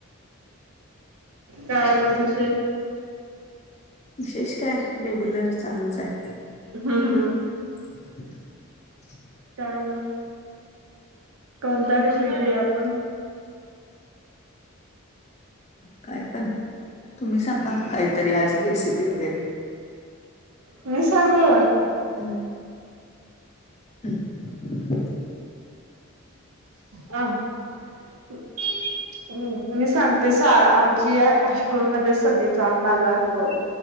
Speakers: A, on the right (about 75°); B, on the left (about 30°).
A: काय मग कशी
B: विशेष काय रेग्युलर चालूच आहे?
A: हम्म हम्म
B: <inaudible>
A: कान. <inaudible> कोणता विषय घेऊया आपण?
B: काय पण तुम्ही सांगा काहीतरी आज रेसिपी वगैरे.
A: मी सांगू.
B: हम्म हम्म
A: हा <inaudible> मी सांगते सा आमची या हायस्कुल मध्ये सहलीचा माझा अनुभव.